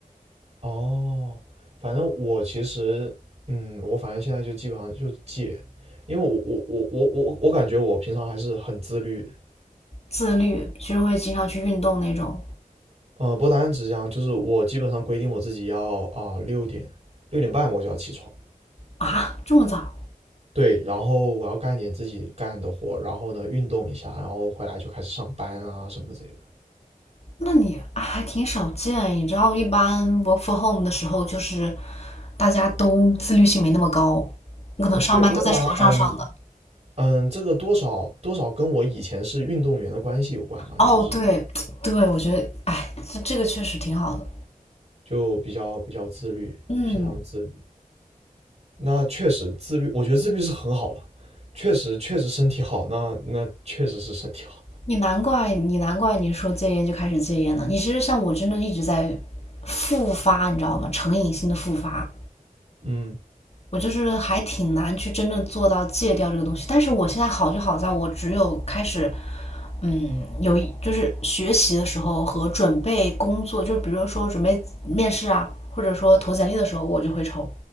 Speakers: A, on the right; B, on the left.
A: 哦，反正我其实，嗯，我反正现在就基本上就戒，因为我我我我我我感觉我平常还是很自律，
B: 自律，就是会经常去运动那种
A: 嗯，不单只是这样，就是我基本上规定我自己要啊六点六点半我就要起床，
B: 啊，这么早。
A: 对，然后我要干一点自己干的活，然后呢运动一下，然后回来就开始上班啊什么之类的。
B: 那你啊还挺少见，你知道，一般 work f o r home 的时候，就是大家都自律性没那么高，可能上班都在床上上的。
A: 嗯，对，那那嗯嗯，这个多少多少跟我以前是运动员的关系有关嘛，
B: 哦，
A: 就是
B: 对，对，我觉得，哎，这这个确实挺好的。
A: 就比较比较自律，
B: 嗯，
A: 平常自律。那确实自律，我觉得自律是很好了，确实确实身体好，那那确实是身体好。
B: 你难怪你难怪你说戒烟就开始戒烟了，你其实像我真的一直在复发，你知道吗？成瘾性的复发。
A: 嗯，
B: 我就是还挺难去真正做到戒掉这个东西。但是我现在好就好在我只有开始，嗯，有一就是学习的时候和准备工作，就是比如说准备面试啊，或者说投简历的时候，我就会抽。